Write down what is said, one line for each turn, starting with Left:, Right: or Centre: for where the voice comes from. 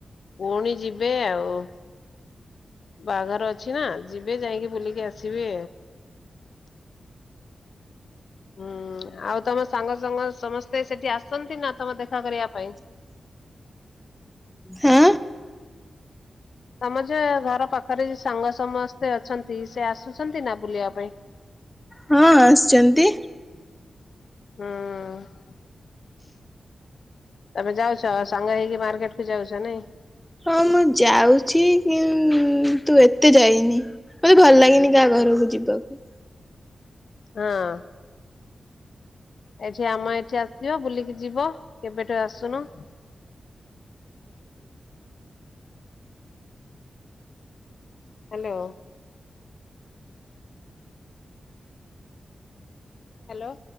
Left: ପୁଣି ଯିବେ ଆଉ। ବାହାଘର ଅଛି ନା ଯିବେ ଯାଇକି ବୁଲିକି ଆସିବେ। ହୁଁ ଆଉ ତମ ସାଙ୍ଗ ସାଙ୍ଗ ସମସ୍ତେ ସେଠି ଆସନ୍ତି ନା ତମ ଦେଖା କରିବା ପାଇଁ?
Centre: ହଁ।
Left: ତମର ଯିଏ ଘର ପାଖରେ ସାଙ୍ଗ ସମସ୍ତେ ଅଛନ୍ତି ସେ ଆସ ଆସନ୍ତି ନା ବୁଲିବା ପାଇଁ?
Centre: ହଁ ଆସିଛନ୍ତି।
Left: ହଁ। ତମେ ଯାଉଛ ସାଙ୍ଗ ହେଇକି ମାର୍କେଟକୁ ଯାଉଛ ନାଇଁ?
Centre: ହଁ ମୁଁ ଯାଉଛି କିନ୍ ତୁ ଏତେ ଯାଇନି। ମତେ ଭଲ ଲାଗେନି କାହା ଘରକୁ ଯିବାକୁ।
Left: ହଁ। ଏଠି ଆମ ଏଠି ଆସିବ ବୁଲିକି ଯିବ କେବେଠୁ ଆସୁନ। ହାଲୋ। ହାଲୋ।